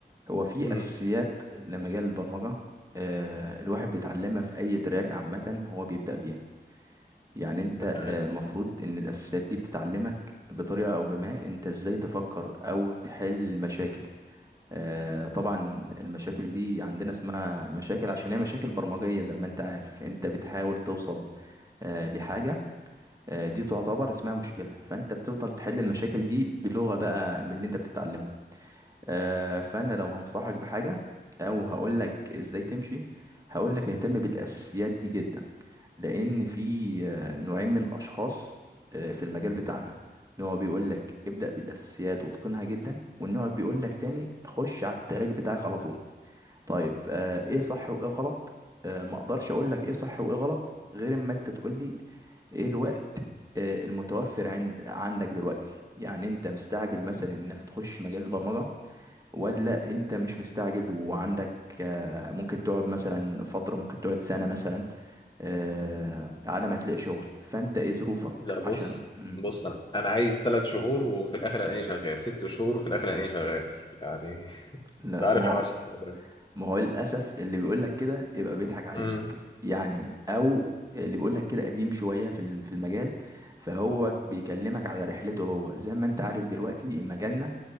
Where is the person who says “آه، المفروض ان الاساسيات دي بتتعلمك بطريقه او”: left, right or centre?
Right